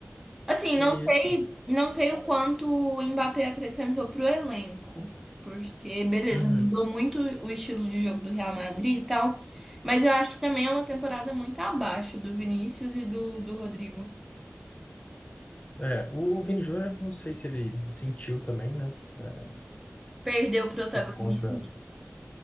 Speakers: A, in the centre; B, on the left.
A: Assim,
B: que
A: não sei,
B: isso.
A: não sei o quanto o Mbappé acrescentou pro elenco, porque beleza,
B: Uhum.
A: mudou muito o estilo de jogo do Real Madrid e tal, mas eu acho que também é uma temporada muito abaixo do Vinícius e do, do Rodrigo.
B: É, o Vini Júnior, não sei se ele sentiu também, né? É,
A: Perdeu o protagonismo.
B: Por conta.